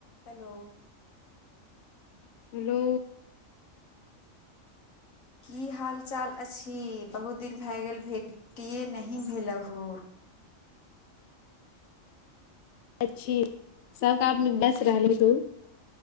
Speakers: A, on the left; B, on the left.
A: हेलो
B: हेलो
A: की हाल चाल अछि बहुत दिन भए गेल भेटिये नहि भेल हो
B: अच्छी सब काममे ब्यस्त रहलु हु